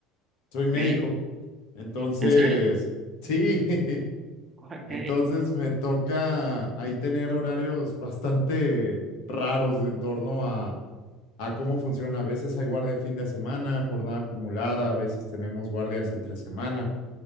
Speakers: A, on the left; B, on the right.
A: soy médico,
B: Ok,
A: entonces,
B: ¿en serio?
A: sí, <laughs>
B: Ok.
A: entonces me toca ahí tener horarios bastante raros en torno a a cómo funciona. A veces hay guardia fin de semana, jornada acumulada, a veces tenemos guardias entre semana.